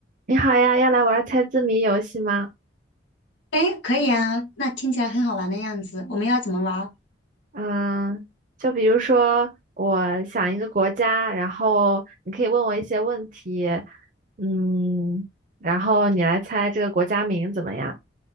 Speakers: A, on the right; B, on the left.
A: 你好呀，要来玩猜字谜游戏吗？
B: 哎，可以啊，那听起来很好玩的样子。我们要怎么玩儿？
A: 嗯，就比如说我想一个国家，然后你可以问我一些问题，嗯，然后你来猜这个国家名怎么样？